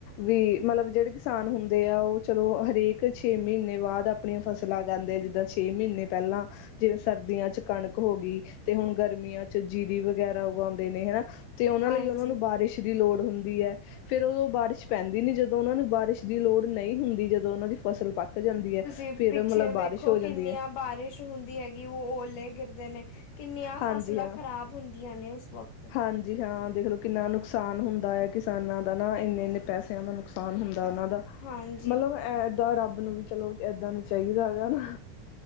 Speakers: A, on the left; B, on the left.
A: ਵੀ ਮਲਬ ਜਿਹੜੇ ਕਿਸਾਨ ਹੁੰਦੇ ਆ, ਉਹ ਚਲੋ ਹਰੇਕ ਛੇ ਮਹੀਨੇ ਬਾਦ ਆਪਣੀ ਫਸਲਾਂ ਉਗਾਂਦੇ ਜਿੱਦਾਂ ਛੇ ਮਹੀਨੇ ਪਹਿਲਾਂ, ਜਿਵੇਂ ਸਰਦੀਆਂ ਚ ਕਣਕ ਹੋ ਗਈ ਤੇ ਹੁਣ ਗਰਮੀਆਂ 'ਚ ਜੀਰੀ ਵਗੈਰਾ ਉਗਾਉਂਦੇ ਨੇ ਹਨਾ, ਤੇ ਉਹਨਾਂ
B: ਹਾਂਜੀ
A: ਲਈ ਉਹਨਾਂ ਨੂੰ ਬਾਰਿਸ਼ ਦੀ ਲੋੜ ਹੁੰਦੀ ਐ। ਫੇਰ ਉਦੋਂ ਬਾਰਿਸ਼ ਪੈਂਦੀ ਨੀ, ਜਦੋਂ ਉਹਨਾਂ ਨੂੰ ਬਾਰਿਸ਼ ਦੀ ਲੋੜ ਨਹੀਂ ਹੁੰਦੀ, ਜਦੋਂ ਉਹਨਾਂ ਦੀ ਫਸਲ ਪੱਕ ਜਾਂਦੀ ਹੈ
B: ਤੁਸੀਂ
A: ਫਿਰ
B: ਪਿੱਛੇ
A: ਮਤਲਬ
B: ਵੇਖੋ,
A: ਬਾਰਿਸ਼ ਹੋ ਜਾਂਦੀ
B: ਕਿੰਨੀਆਂ
A: ਹੈ
B: ਬਾਰਿਸ਼ ਹੁੰਦੀ ਹੈਗੀ, ਉਹ ਓਲੇ ਗਿਰਦੇ ਨੇ, ਕਿੰਨੀਆਂ
A: ਹਾਂਜੀ
B: ਫਸਲਾਂ
A: ਹਾਂ
B: ਖ਼ਰਾਬ ਹੁੰਦੀਆਂ ਨੇ ਉਸ ਵਕਤ।
A: ਹਾਂਜੀ ਹਾਂ, ਦੇਖ ਲਓ ਕਿੰਨਾ ਨੁਕਸਾਨ ਹੁੰਦਾ ਹੈ ਕਿਸਾਨਾਂ ਦਾ ਨਾ, ਇੰਨੇ-ਇੰਨੇ ਪੈਸਿਆਂ ਦਾ ਨੁਕਸਾਨ ਹੁੰਦਾ ਉਨਾਂ ਦਾ।
B: ਹਾਂਜੀ
A: ਮਤਲਬਦਾਂ ਏਦਾਂ ਰੱਬ ਨੂੰ ਵੀ ਚਲੋ, ਏਦਾਂ ਨੀਂ ਚਾਹੀਦਾ ਹੈਗਾ ਨਾ।